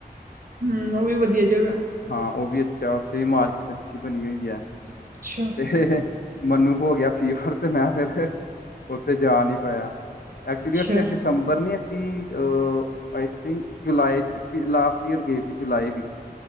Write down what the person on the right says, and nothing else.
ਹੂੰ, ਉਹ ਵੀ ਵਧੀਆ ਜਗ੍ਹਾ।
ਅੱਛਾ।
ਅੱਛਾ